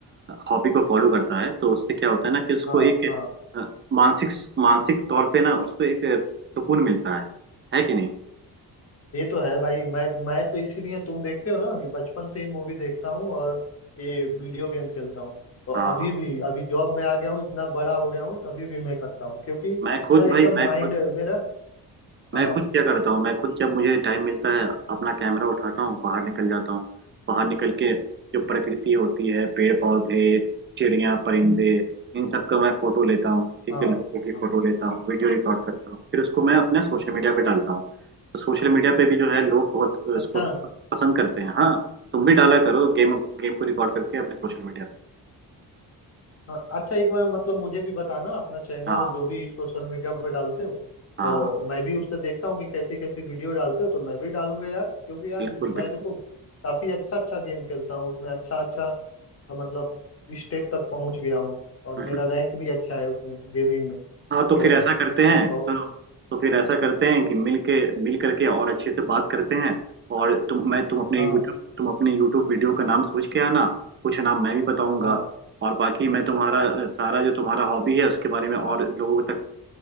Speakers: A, on the right (about 30°); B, on the left (about 40°).
A: हॉबी को फॉलो करता है तो उससे क्या होता है ना कि उसको
B: हाँ
A: एक
B: हाँ
A: अ, मानसिक मानसिक तौर पे ना उसको एक सुकून मिलता है है कि नहीं
B: ये तो है भाई मैं मैं तो इसीलिए तुम देखते हो ना कि बचपन से ही मूवी देखता हूँ और ये वीडियो गेम खेलता हूँ तो अभी
A: हाँ
B: भी अभी जॉब में आ गया हूँ इतना बड़ा हो गया हूँ तभी भी मैं करता हूँ क्योंकि यार
A: मैं खुद
B: एकदम
A: भाई मैं
B: माइंड
A: खुद
B: मेरा
A: मैं
B: हाँ
A: खुद क्या करता हूँ मैं खुद जब मुझे टाइम मिलता है अपना कैमरा उठाता हूँ बाहर निकल जाता हूँ बाहर निकल के जो प्रकृति होती है पेड़ पौधे चिड़िया परिंदे इन सब का मैं फोटो लेता हूँ ठीक
B: हाँ
A: है लोगों की
B: हाँ,
A: फोटो लेता हूँ वीडियो रिकॉर्ड करता हूँ फिर उसको मैं अपने सोशल मीडिया पे डालता हूँ तो सोशल मीडिया पे भी जो है लोग बहुत अ,
B: अच्छा
A: उसको पसंद करते हैं हाँ तुम भी डाला करो गेम गेम को रिकॉर्ड करके अपने सोशल मीडिया
B: हाँ, अच्छा एक बार मतलब मुझे भी बताना अपना चैनल
A: पे हाँ
B: जो भी सोशल मीडिया पर डालते हो
A: हाँ
B: तो
A: हाँ,
B: मैं भी उससे देखता हूँ कि कैसी कैसी वीडियो डालते हो तो मैं भी डालूंगा यार क्योंकि यार
A: बिल्कुल
B: मैं
A: बिल्कुल
B: देखो काफी अच्छा अच्छा गेम खेलता हूँ उसमें अच्छा अच्छा मतलब स्टेप तक पहुंच गया हूँ और
A: हाँ
B: मेरा रैंक भी अच्छा है उसमें गेमिंग में
A: हाँ
B: तो
A: तो फिर ऐसा करते हैं
B: मैं कहूँ
A: सुनो तो फिर ऐसा करते हैं कि मिल के मिल करके और अच्छे से बात करते हैं और तुम मैं तुम अपने
B: हाँ
A: यूट्यूब तुम अपने यूट्यूब वीडियो का नाम सोच के आना कुछ नाम मैं भी बताऊंगा
B: हाँ
A: और बाकी मैं तुम्हारा अ, सारा जो तुम्हारा हॉबी है उसके बारे में और लोगों तक